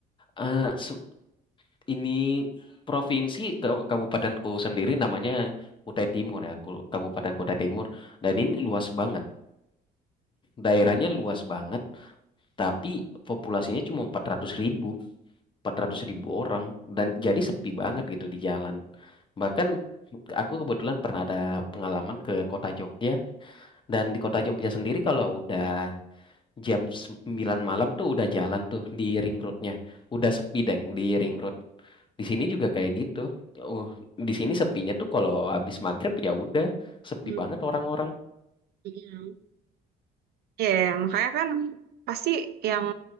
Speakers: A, on the left; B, on the right.
A: eh, se- ini provinsi ke- kabupatenku sendiri namanya Kutai Timur ya, Ku- Kabupaten Kutai Timur. Dan ini luas banget, daerahnya luas banget, tapi populasinya cuma empat ratus ribu. 400 ribu orang dan jadi sepi banget gitu di jalan. Bahkan aku kebetulan pernah ada pengalaman ke kota Jogja dan di kota Jogja sendiri kalau udah jam sembilan malam tuh udah jalan tuh di ring roadnya. Udah sepi deng di ring road. Di sini juga kayak gitu. Uh, di sini sepinya tuh kalau habis maghrib ya udah sepi
B: Hmm,
A: banget orang-orang.
B: iya. Ya, makanya kan pasti yang